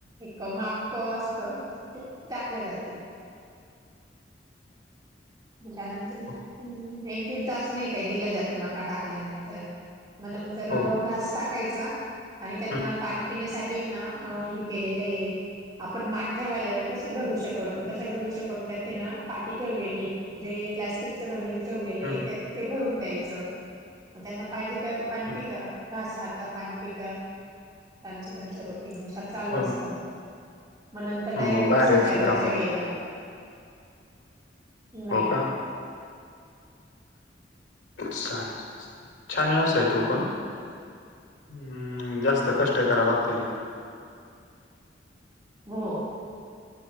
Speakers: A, on the right (about 20°); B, on the left (about 80°).
A: एक माप असत ते टाकल्या जाते ल्यानंतर्
B: हो
A: एक दीड तास नाही काही दिलं जात मका टाकल्यानंतर मग नंतर
B: हो हो
A: घासता खायचा आणि त्यांना
B: हं,
A: पाणी पिण्यासाठी ना हे केलेलं आहे आपण माठ ठेवायला तस घडू श करतो तशा घडू शक म्हणतात ते ना पाठी ठेवलेली जे प्लास्टिकच गमी ठेवलेलं
B: हं,
A: आहे
B: हं,
A: ते भरून द्यायचं मग त्यांना पाहिजे त्या पाणी
B: हं.
A: पित घास खात पाणी पित त्यांचं त्यांच रोटी होऊत चालू
B: हो
A: असत म मग नंतर डायरेक्टली
B: हो, बाहेर
A: संध्याकाळच्या
B: यायचं काम नाही
A: वेळेला नाही
B: हो का चालेल छान व्यवसा आहे तू पण हम्म जास्त कष्ट कराव लागते नाही
A: हो